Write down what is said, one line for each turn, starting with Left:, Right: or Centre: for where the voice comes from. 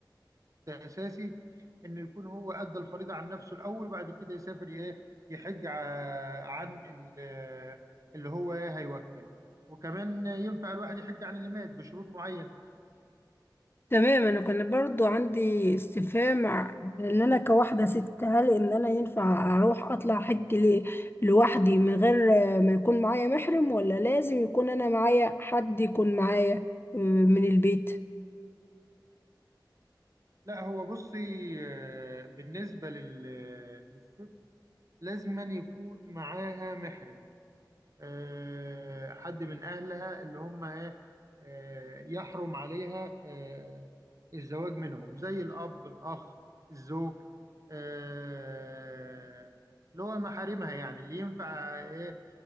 Right: اساسي انه يكون هو ادى الفريضه عن نفسه الاول وبعد كده يسافر ايه يحج ع- عن ال- اللي هو ايه هيوكله وكمان ينفع الواحد يحج عن اللي مات بشروط معينه
Left: تمام أنا كان برضو عندي استفهام ع- على إن أنا كواحدة ست هل إن أنا ينفع أروح أطلع حج ل... لوحدي من غير آه، ما يكون معايا محرم ولا لازم يكون أنا معايا حد يكون معايا آه، من البيت؟
Right: لا هو بصي آه، بالنسبه لل- للست لازما يكون معاها محرم آه، حد من أهلها اللي هم إيه آه، يحرم عليها آه، الزواج منهم زي الأب الأخ الزوج آه، اللي هو محارمها يعني اللي ينفع إيه